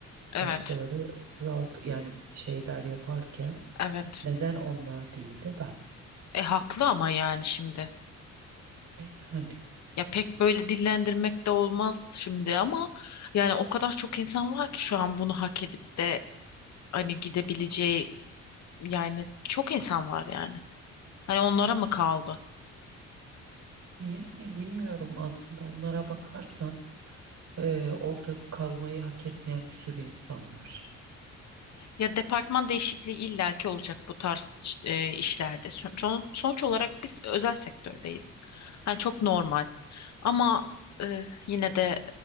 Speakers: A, on the left; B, on the right.
A: evet,
B: başkaları proud yani şeyler yaparken
A: evet.
B: neden onlar değil de ben?
A: E haklı ama yani şimdi.
B: E yani
A: Ya pek böyle dillendirmek de olmaz şimdi ama yani o kadar çok insan var ki şu an bunu hak edip de hani gidebileceği yani çok insan var yani. Hani onlara mı kaldı?
B: yani bilmiyorum aslında onlara bakarsan e, orada kalmayı hak etmeyen bir sürü insan var.
A: Ya departman değişikliği illaki olacak bu tarz işte, e, işlerde. Son- son- sonuç olarak biz özel sektördeyiz. Hani çok normal. Ama e, yine de